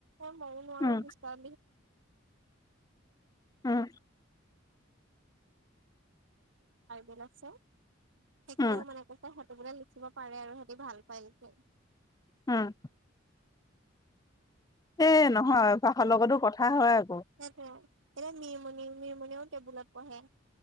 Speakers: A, on the right; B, on the left.
A: ময়ও
B: উম
A: নোৱাৰো
B: উম
A: <unintelligible> <unintelligible> <unintelligible> আছে। সেইখিনিও
B: উম
A: মানে কৈছে সিহঁতি বোলে লিখিব পাৰে আৰু সিহঁতি ভাল পায় লিখি।
B: উম। এ নহয় অভ্যাসৰ লগতো কথা হয় আকৌ!
A: সেইটোৱে এতিয়া নিম নিমনিও <unintelligible> টেবুলত পঢ়ে।